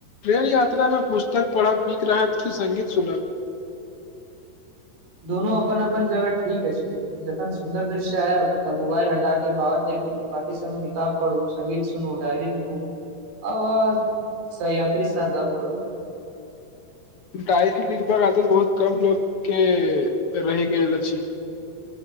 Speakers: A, on the left; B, on the right.
A: ट्रेन यात्रा मे पुस्तक पढ़ब नीक रहत कि संगीत सुनब।
B: दोनो अपन-अपन जगह ठीक अछि। जखन सुन्दर दृश्य आयब तऽ मोबाइल हटा के बाहर देखू बाकी समय किताब पढु संगीत सुनू, डायरी लिखु आ सही यात्री से गप करू।
A: डायरी लिखबक आजकल बहुत कम लोग के रैह गेल अछि।